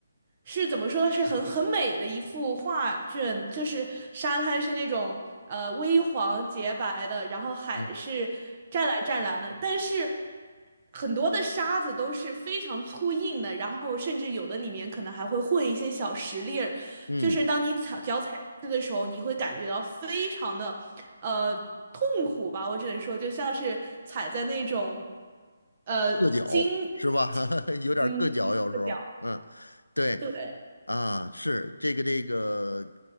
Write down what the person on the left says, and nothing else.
嗯
嗯，
硌脚是吧？<laughs> 有点儿硌脚，
有时候，嗯，对
啊，是这个这个，